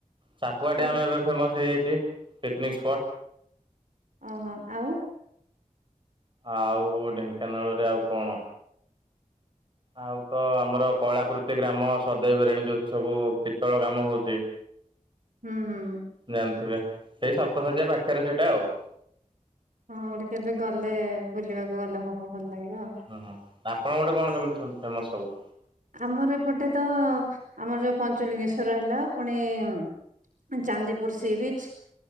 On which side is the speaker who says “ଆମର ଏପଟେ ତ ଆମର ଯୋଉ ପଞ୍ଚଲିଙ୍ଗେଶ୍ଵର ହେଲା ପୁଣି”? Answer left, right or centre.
Right